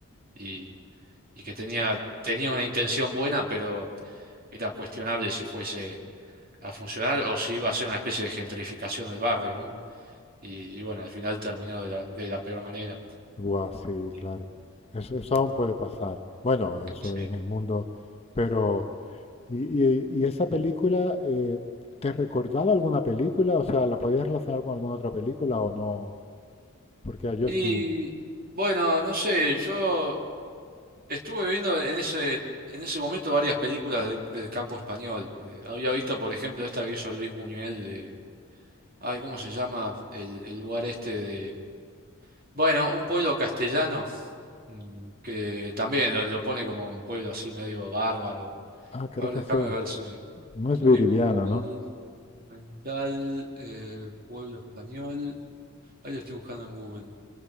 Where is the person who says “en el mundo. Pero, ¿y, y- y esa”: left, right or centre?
Left